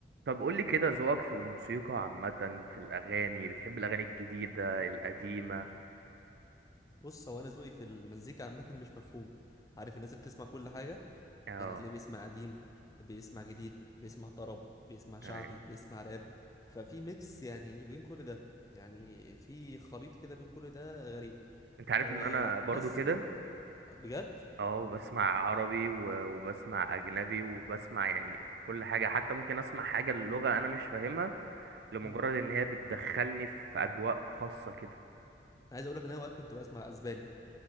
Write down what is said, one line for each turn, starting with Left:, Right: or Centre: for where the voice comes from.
Right: طب قولي كده ذوقك في الموسيقى عامة في الأغاني بتحب الأغاني الجديدة القديمة
Left: بص هو انا ذوقي في المزيكا عامه مش مفهوم عارف الناس اللي بتسمع كل حاجه
Right: اه
Left: يعني تلاقيه بيسمع قديم بيسمع جديد بيسمع طرب بيسمع شعبي
Right: يعني
Left: بيسمع راب ففي ميكس يعني بين كل ده يعني في خليط كده بين كل ده غريب
Right: انت عارف
Left: آه
Right: ان انا برضو
Left: بس
Right: كده
Left: كل بجد
Right: اه وبسمع عربي و- وبسمع أجنبي وبسمع يعني كل حاجة حتى ممكن أسمع حاجة اللغة أنا مش فاهمها لمجرد
Left: مم.
Right: ان هي بتدخلني في أجواء خاصة كده
Left: انا عايز اقول لك ان انا اوقات كنت بسمع اسباني